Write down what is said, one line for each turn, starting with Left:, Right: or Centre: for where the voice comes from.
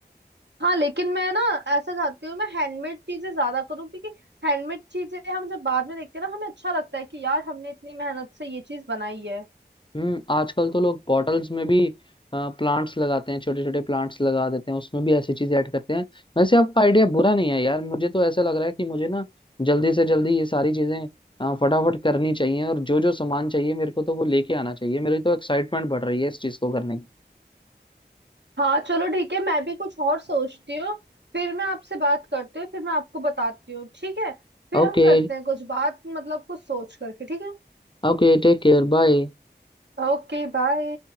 Right: हाँ लेकिन मैं ना ऐसा चाहती हूँ मैं हैंडमेड चीजें ज्यादा करूँ क्योंकि हैंडमेड चीजें हम जब बाद में देखते हैं ना हमें अच्छा लगता है कि यार हमने इतनी मेहनत से ये चीज बनाई है
Left: हम्म आजकल तो लोग बॉटल्स में भी प्लांट्स लगाते हैं छोटे छोटे प्लांट्स लगा देते हैं उसमें भी ऐसी चीजें ऐड करते हैं वैसे आपका आइडिया बुरा नहीं है यार मुझे तो ऐसा लग रहा है कि मुझे ना जल्दी से जल्दी ये सारी चीजें अ, फटाफट करनी चाहिए और जो जो सामान चाहिए मेरे को तो वो लेके आना चाहिए मेरी तो एक्साइटमेंट बढ़ रही है इस चीज को करने की
Right: हाँ चलो ठीक है मैं भी कुछ और सोचती हूँ फिर मैं आपसे बात करती हूँ फिर मैं आपको बताती हूँ ठीक है फिर
Left: Okay
Right: हम करते हैं कुछ बात मतलब कुछ सोच करके ठीक है
Left: Okay take care bye
Right: Okay bye